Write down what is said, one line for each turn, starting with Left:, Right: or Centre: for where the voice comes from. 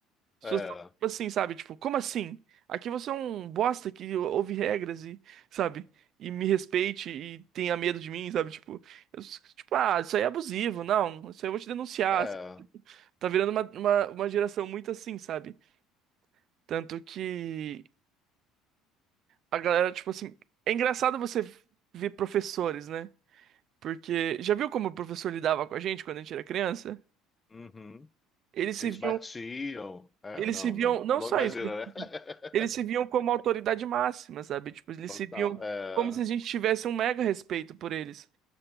Right: As
Left: é,
Right: pessoas tão, tipo assim, sabe? Tipo, como assim? Aqui você é um bosta que ouve regras e, sabe? E me respeite e tenha medo de mim, sabe? Tipo, eu s- tipo, ah, isso aí é abusivo. Não, isso aí eu vou te denunciar.
Left: é,
Right: Tá virando uma, uma, uma geração muito assim, sabe? Tanto que a galera, tipo assim. É engraçado você ver professores, né? Porque já viu como o professor lidava com a gente quando a gente era criança?
Left: uhum.
Right: Eles se
Left: Eles
Right: viam.
Left: batiam. É,
Right: Eles
Left: não,
Right: se viam.
Left: não.
Right: Não
Left: A longa
Right: só
Left: imagina,
Right: isso.
Left: né? <laughs>
Right: Eles se viam como autoridade máxima, sabe? Tipo, eles
Left: Total.
Right: se viam
Left: É,
Right: como se a gente tivesse um mega respeito por eles.